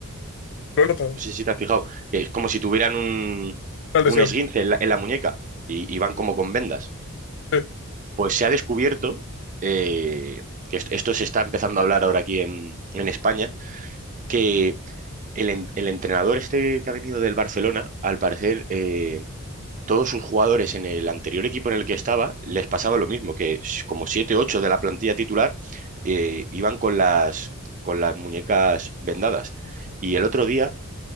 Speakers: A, on the left (about 55°); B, on the right (about 35°).
A: Lo he notado.
B: No sé si te has fijado, que es como si tuvieran un,
A: Una lesión.
B: un esguince en la, en la muñeca y, y van como con vendas.
A: Sí,
B: Pues se ha descubierto, eh, que est- esto se está empezando a hablar ahora aquí en, en España, que el, en- el entrenador este que ha venido del Barcelona, al parecer, eh, todos sus jugadores en el anterior equipo en el que estaba les pasaba lo mismo, que s- como 7, 8 de la plantilla titular eh, iban con las, con las muñecas vendadas. Y el otro día